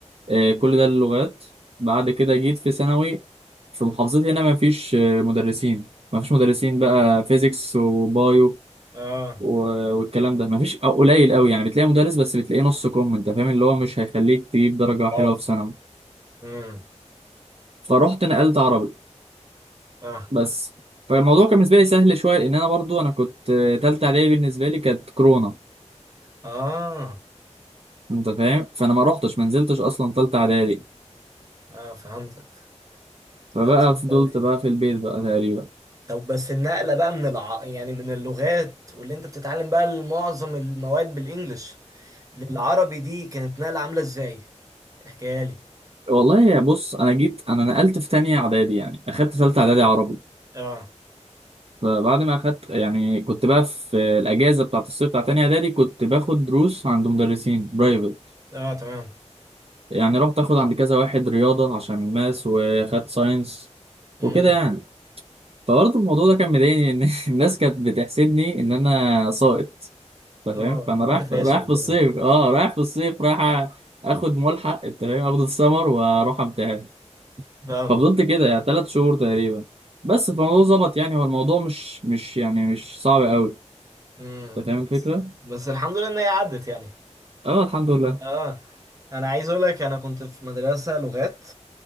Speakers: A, on the right; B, on the right.
A: آه، كل ده اللغات بعد كده جيت في ثانوي في محافظتي هنا ما فيش آه، مدرسين ما فيش مدرسين بقى فيزيكس وبايو
B: اه
A: و- والكلام ده مفيش أو قليل قوي يعني بتلاقي مدرس بس بتلاقيه نص كم انت فاهم اللي هو مش هيخليك تجيب درجة حلوة
B: اه
A: في ثانوي
B: امم
A: فرحت نقلت عربي
B: اه
A: بس فالموضوع كان بالنسبة لي سهل شوية لأن أنا برضو أنا كنت آه، تالتة إعدادي بالنسبة لي كانت كورونا
B: اه
A: أنت فاهم فأنا ما رحتش ما نزلتش أصلا تالتة إعدادي
B: اه فهمتك
A: فبقى
B: لا صعب
A: فضلت
B: أوي
A: بقى في البيت بقى تقريبا
B: طب بس النقلة بقى من الع... يعني من اللغات واللي انت بتتعلم بقى معظم المواد بالانجلش للعربي دي كانت نقلة عاملة ازاي؟ احكيها لي
A: والله يا بص أنا جيت أنا نقلت في تانية إعدادي يعني أخدت تالتة إعدادي عربي
B: اه
A: فبعد ما اخدت يعني كنت بقى في الاجازه بتاعت الصيف بتاعت تانية اعدادي كنت باخد دروس عند مدرسين برايفت
B: اه تمام
A: يعني رحت اخد عند كذا واحد رياضه عشان ماس واخدت ساينس
B: امم
A: وكده يعني فبرضه الموضوع ده كان مضايقني ان <laughs> الناس كانت بتحسبني ان انا ساقط انت
B: اه
A: فاهم فانا رايح
B: انت فاشل
A: رايح
B: وكده
A: في الصيف اه رايح في الصيف رايح اخد ملحق انت فاهم اخد السمر واروح امتحن
B: فاهمك
A: ففضلت كده يعني ثلاث شهور تقريبا بس فالموضوع ظبط يعني هو الموضوع مش مش يعني مش صعب قوي
B: امم
A: انت فاهم
B: بس
A: الفكره
B: بس الحمد لله ان هي عدت يعني
A: اه الحمد لله
B: اه انا عايز اقول لك انا كنت في مدرسة لغات